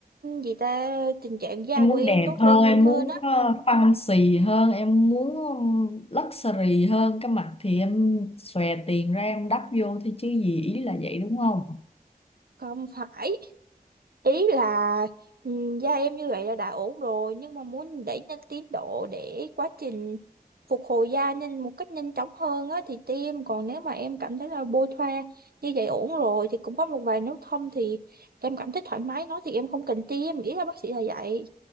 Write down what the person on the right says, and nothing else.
gì ta tình trạng da
của
em
tốt
lên
nhanh hơn
á
không phải ý là ừm, da em như vậy là đã ổn rồi nhưng mà muốn đẩy nhanh tiến độ để quá trình phục hồi da nhanh một cách nhanh chóng hơn á thì tiêm còn nếu mà em cảm thấy là bôi thoa như vậy ổn rồi thì cũng có một vài nốt thâm thì em cảm thấy thoải mái nó thì em không cần tiêm ý là bác sĩ là vậy